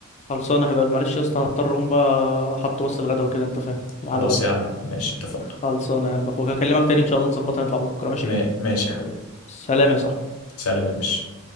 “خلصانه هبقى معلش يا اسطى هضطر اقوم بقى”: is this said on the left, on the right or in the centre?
Left